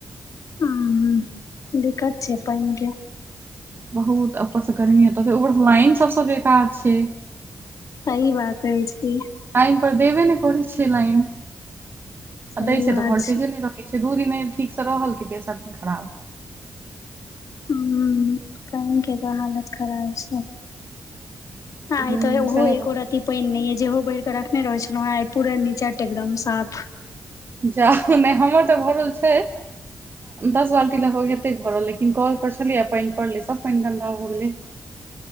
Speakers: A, on the left; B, on the right.
A: ह दिक्कत छै पाइन के
B: बहुत ऊपरसँ गर्मी हेते ऊपर लाइन सबसँ बेकार छै
A: सही बात कहय छथिन्ह
B: लइन पर देबे ने करै छै लाइन
A: सही
B: आ दय छै
A: बात
B: तऽ वोल्टेजे नहि रख दू दिन ठीक से रहल की तेसर दिन खराब
A: ह कम केत हालत खराब छै आत
B: ह
A: ओ होे
B: सएह रहल
A: कोराति <unintelligible> पानि नहि यै जेहो भरी के रखने रहे छलौं हैं आइ पूरा नीचट एकदम साफ
B: जा नहि हमर तऽ भरल छै दस बाल्टी लए हो हतै घरल लेकिन कॉल पर छलियै पानि पड़लै सभ पानि गन्दा हो गेलै